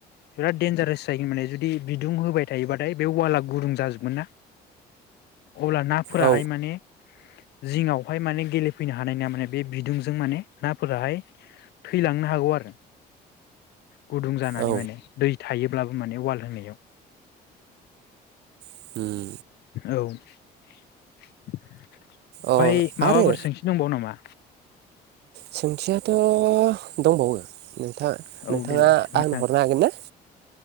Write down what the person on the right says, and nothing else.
औ
औ
उम
अ
आरो
सोंथियाथ' दंबावो नोंथां
नोंथाङा
आंनो हरनो हागोन ना